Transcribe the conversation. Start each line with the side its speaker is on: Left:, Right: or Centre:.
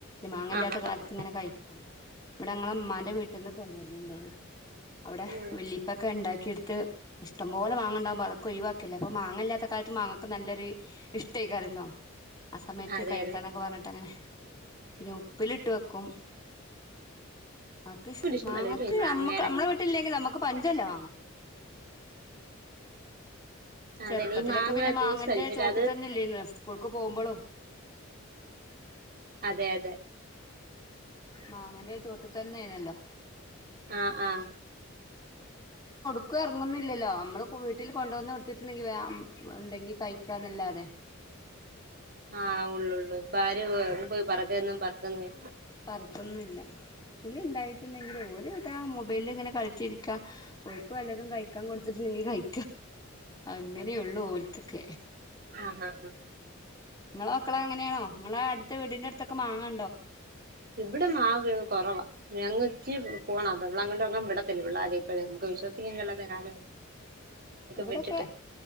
Left: മാങ്ങ ഇല്ലാത്ത
Right: ആഹ് ആഹ്
Left: കാലത്ത്
Right: ആഹ്
Left: ഇങ്ങനെ കഴിക്കും ഇവിടെ ങ്ങ ഉമാന്റെ വീട്ടിന്ന് കൊണ്ടുവരുന്നുണ്ടായിരുന്നു അവിടെ
Right: ഉം
Left: വല്ലിപ്പൊക്കെ ഉണ്ടാ കിട്ത്ത് ഇഷ്ടം പോല മാങ്ങണ്ടവുമ്പോ അതൊക്കെ ഒഴിവാ ക്ക്ല്ല അപ്പൊ മാങ്ങ ഇല്ലാത്ത കാലത്ത് മാങ്ങക്ക് നല്ലൊരു ഇഷ്ടേക്കാരല്ലോ ആ സമയത്ത്
Right: അതെ
Left: കഴിക്കാനൊക്കെ
Right: അതെ
Left: പറഞ്ഞട്ട് അങ്ങനെ പിന്നെ ഉപ്പിലിട്ട് വെക്കും ആക്ക്
Right: ഇഷ്ടമല്ല
Left: മാങ്ങക്ക്
Right: മാങ്ങയുടെ
Left: നമ്മക്ക് നമ്മടെ വീട്ടില്ലെങ്കിൽ നമ്മുക്ക് പഞ്ചല്ലേ മാങ്ങക്ക് ചെറുപ്പത്തിലൊക്കെ
Right: അതെ ഈ മാങ്ങ
Left: പിന്നെ
Right: ജ്യൂസ്
Left: മാങ്ങന്റെ
Right: അടിച്ചിട്ട്
Left: ചോട്ട്
Right: അത്
Left: തന്നെല്ലേ ഇന്ന് സ്കൂൾക്ക് പോകുമ്പോളും
Right: അതെ അതെ
Left: മാങ്ങൻ്റെ തൊട്ടു തന്ന ആയിനെലോ
Right: ആഹ ആഹ
Left: എവിടേക്കും ഇറങ്ങുന്നില്ലല്ലോ നമ്മൾ വീട്ടിൽ കൊണ്ടുവന്ന് കൊടുത്തിട്ടുണ്ടെങ്കിൽ ഉണ്ടെങ്കിൽ കഴിക്കാൻ <inaudible> അതല്ലാതെ
Right: ആഹ ഉള്ളള്ളൂ ഇപ്പൊ ആര് പോയി പറക്കും പറക്കന്ന
Left: പറിക്കൊന്നില്ല വീട്ടിൽ ഉണ്ടായിട്ടുണ്ടെങ്കിൽ ഒരുവിധ മൊബൈൽ എങ്ങനെ കളി ചിരിക്ക ഓൽക്ക് വല്ലതും കഴി കഴിക്കാൻ കൊടുത്തിട്ടണ്ടെിൽ കഴി അങ്ങനെയള്ളു ഓലക്കൊക്കെ
Right: ആഹ ആഹ ആഹ
Left: നിങ്ങളെ മക്കളെ അങ്ങനെയാണോ നിങ്ങള അടുത വീടിന്റെ അടുത്ത് <unintelligible> മാങ്ങാ
Right: ഇവിടെ മാവ് കുറവാ ഞങ്ങ എത്തി പോണം അപ്പ നമ്മള അങ്ങോട്ട് ഇവിടെ പെൺപിള്ളേരെ വിടത്തില്ല പിള്ള അഴഞക്ക് വിശ്വസിക്കാൻ <inaudible>
Left: ഇവിടൊക്കെ
Right: വിട്ടിട്ട്